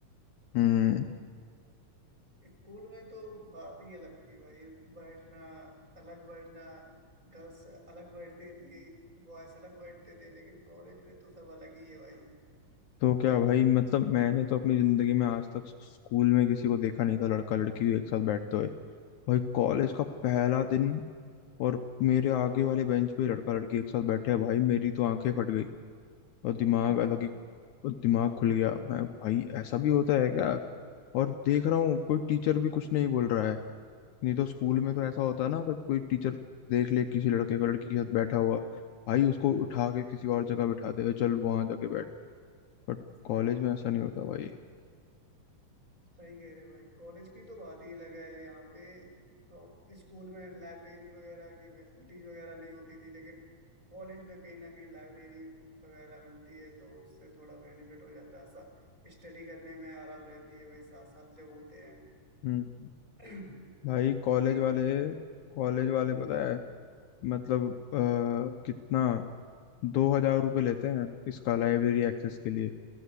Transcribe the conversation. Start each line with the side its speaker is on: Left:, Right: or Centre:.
Left: हम्म
Right: स्कूल में तो बात ही अलग थी भाई बैठना अलग बैठना गर्ल्स अलग बैठती थी बॉयज अलग बैठते थे लेकिन कॉलेज में तो सब अलग ही है भाई
Left: तो क्या भाई मतलब मैंने तो अपनी जिंदगी में आज तक स्कूल में किसी को देखा नहीं था लड़का लड़की एक साथ बैठते हुए भाई कॉलेज का पहला दिन और मेरे आगे वाले बेंच पे लड़का लड़की एक साथ बैठे हैं भाई मेरी तो आंखें फट गई और दिमाग
Right: <laughs>
Left: अलग ही और दिमाग खुल गया मैं भाई ऐसा भी होता है क्या और देख
Right: हाँ
Left: रहा हूँ कोई टीचर भी कुछ नहीं बोल रहा है नहीं तो स्कूल में
Right: हम्म,
Left: तो ऐसा होता है ना अगर कोई टीचर देख ले किसी लड़के को लड़की के साथ बैठा हुआ भाई उसको उठा के किसी और जगह बिठा दे चल वहां जाके बैठ बट
Right: सही
Left: कॉलेज
Right: बात
Left: में ऐसा
Right: है
Left: नहीं होता भाई
Right: सही कह रहे भाई कॉलेज की तो बात ही अलग है यहाँ पे तो स्कूल में लाइब्रेरी वगैरह की फैसिलिटीज वगैरह नहीं होती थी लेकिन कॉलेज में कहीं ना कहीं लाइब्रेरी वगैरह मिलती है तो उससे थोड़ा बेनिफिट हो जाता है सा, स्टडी करने में आराम रहती है भाई साथ साथ जब होते हैं
Left: हम्म,
Right: <clears throat>
Left: भाई कॉलेज
Right: कहीं
Left: वाले कॉलेज वाले
Right: हम्म, हम्म,
Left: पता है मतलब
Right: हम्म,
Left: अ, कितना दो हजार रुपये लेते हैं इसका लाइब्रेरी एक्सेस के लिए